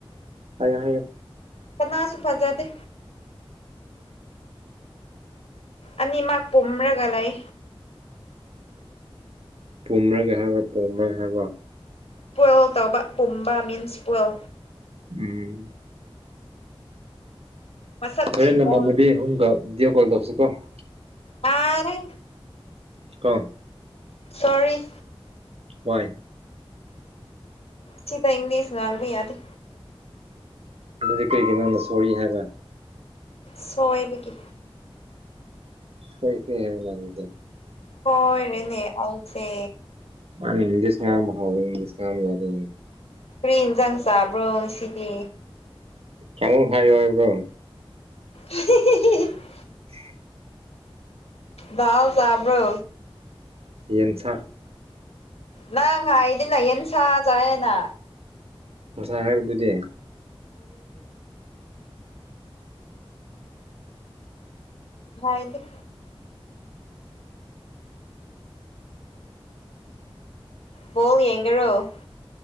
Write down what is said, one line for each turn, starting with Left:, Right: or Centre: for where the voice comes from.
Right: ꯍꯥꯏꯌꯣ ꯍꯥꯏꯌꯣ
Left: ꯀꯅꯥꯁꯨ ꯐꯖꯗꯦ ꯑꯅꯤ ꯃꯛ ꯄꯨꯝꯂꯒ ꯂꯩ
Right: ꯄꯨꯝꯂꯒꯦ ꯍꯥꯏꯕ ꯄꯣꯝꯃꯒꯦ ꯍꯥꯏꯕꯔꯣ꯫
Left: ꯄꯜ ꯇꯧꯕ ꯄꯨꯝꯕ ꯃꯤꯟꯁ ꯄꯜ
Right: ꯎꯝ
Left: ꯃꯁꯛ
Right: ꯍꯣꯔꯦꯟ
Left: ꯊꯤꯕ
Right: ꯅꯃꯃꯕꯤ ꯑꯍꯨꯝꯒ ꯗꯤꯑꫭꯛ <unintelligible>
Left: ꯑꯥꯔꯦ꯫
Right: ꯀꫭ꯫
Left: ꯁꯣꯔꯤ꯫
Right: ꯍꯣꯏ꯫
Left: ꯁꯤꯗ ꯏꯪꯂꯤꯁ ꯉꯥꯡꯕ ꯌꯥꯗꯦ꯫
Right: ꯑꯗꯨꯗꯤ ꯀꯔꯤꯒꯤ ꯅꯪꯅ ꯁꯣꯔꯤ ꯍꯥꯏꯕ꯫
Left: ꯁꯣꯏꯕꯒꯤ꯫
Right: ꯁꫭꯏꯈ꯭ꯔꯦ ꯍꯥꯏꯌꫭꯅ ꯑꯗꯨꯗꯤ꯫
Left: ꯀꯣꯏꯔꯦꯅꯦ ꯑꯜꯁꯦ
Right: <inaudible>
Left: ꯀ꯭ꯔꯤ ꯍꯤꯟꯁꯥꯡ ꯆꯥꯕ꯭ꯔꯣ ꯉꯁꯤꯗꯤ꯫
Right: ꯀ꯭ꯌꯥꯃꯨꯛ ꯍꯥꯏꯌꫭ ꯍꯥꯏꯕ꯭ꯔꫭ꯫
Left: <unintelligible>
Right: <unintelligible>
Left: ꯥꯗꯥꯑꫭ ꯆꯥꯕ꯭ꯔꯣ꯫
Right: ꯌꯦꯟꯁꯥ꯫
Left: ꯅꯪ ꯍꯥꯏꯗꯦꯅꯥ ꯌꯦꯟꯁꯥ ꯆꯗꯦꯅꯥ꯫
Right: ꯉꯁꯥꯏ ꯍꯥꯏꯕꯗꯨꯗꯤ꯫
Left: ꯍꯥꯏꯗꯤ꯫ ꯕꯣꯜ ꯌꯦꯡꯒꯦꯔꯣ꯫